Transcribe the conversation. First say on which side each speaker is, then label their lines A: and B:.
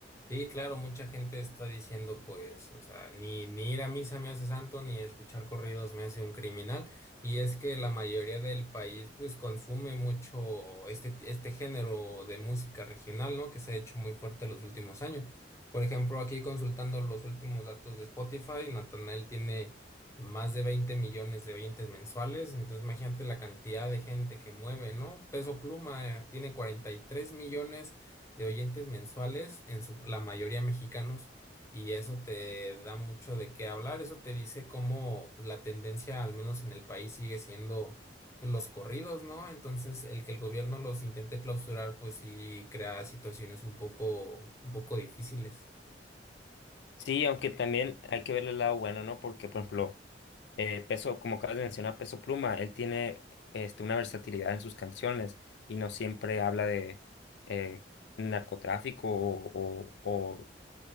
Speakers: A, on the left; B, on the left.
A: Sí, claro, mucha gente está diciendo, pues, o sea, ni, ni ir a misa me hace santo, ni escuchar corridos me hace un criminal. Y es que la mayoría del país, pues, consume mucho este, este género de música regional, ¿no? Que se ha hecho muy fuerte los últimos años. Por ejemplo, aquí consultando los últimos datos de Spotify, Natanael tiene más de 20 millones de oyentes mensuales. Entonces, imagínate la cantidad de gente que mueve, ¿no? Peso Pluma, eh, tiene 43 millones de oyentes mensuales, en su, la mayoría mexicanos, y eso te da mucho de qué hablar, eso te dice cómo pues, la tendencia, al menos en el país, sigue siendo pues los corridos, ¿no? Entonces, el que el gobierno los intente clausurar, pues sí crea situaciones un poco, un poco difíciles.
B: Sí, aunque también hay que ver el lado bueno, ¿no? Porque, por ejemplo, eh, Peso, como acabas de mencionar, Peso Pluma, él tiene este, una versatilidad en sus canciones y no siempre habla de eh, narcotráfico o, o,